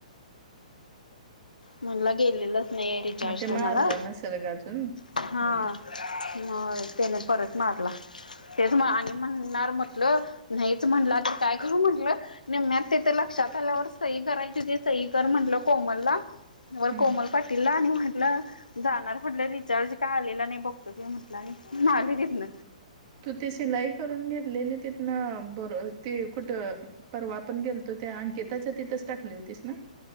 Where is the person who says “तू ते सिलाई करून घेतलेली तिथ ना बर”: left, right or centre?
Right